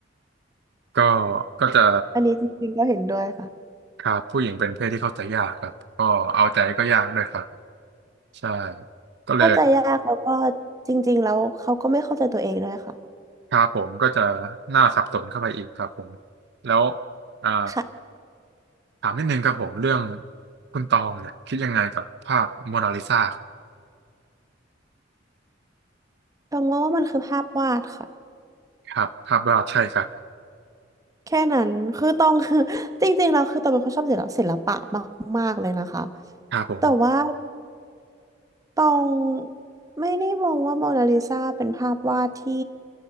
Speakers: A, on the right; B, on the right.
A: ก็ก็จะ
B: อันนี้จริงๆก็เห็นด้วยค่ะ
A: ครับผู้หญิงเป็นเพศที่เข้าใจยากครับก็เอาใจก็ยากด้วยครับใช่ก็เลย
B: เข้าใจยากแล้วก็จริงๆแล้วเขาก็ไม่เข้าใจตัวเองด้วยค่ะ
A: ครับผมก็จะหน้าสับสนเข้าไปอีกครับผมแล้วอ่า
B: ค่ะ
A: ถามนิดนึงครับผมเรื่องคุณตองเนี่ยคิดยังไงกับภาพโมนาลิซา
B: ต้องมองว่ามันคือภาพวาดค่ะ
A: ครับภาพวาดใช่ครับ
B: แค่นั้นคือต้อง <laughs> คือ <laughs> จริงๆเราคือตองเป็นคนชอบศิลปะศิลปะมากๆเลยนะคะ
A: ครับผม
B: แต่ว่า ตองไม่ได้มองว่าโมนาลิซาเป็นภาพวาดที่